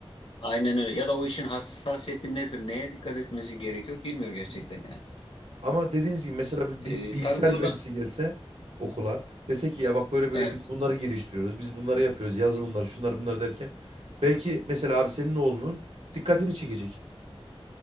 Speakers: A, on the left; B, on the right.
A: Aynen öyle. Ya da o işin hassasiyeti nedir? Neye dikkat etmesi gerekiyor? Bilmiyor gerçekten
B: Hı hı.
A: yani.
B: Ama dediğiniz gibi mesela bir,
A: Ee,
B: bir bilgisayar
A: tabii bunu
B: mühendisi
A: da
B: gelse okula dese ki ya bak böyle böyle
A: evet.
B: biz bunları geliştiriyoruz, biz bunları yapıyoruz, yazılımlar, şunlar bunlar derken belki mesela abi senin oğlunun dikkatini çekecek.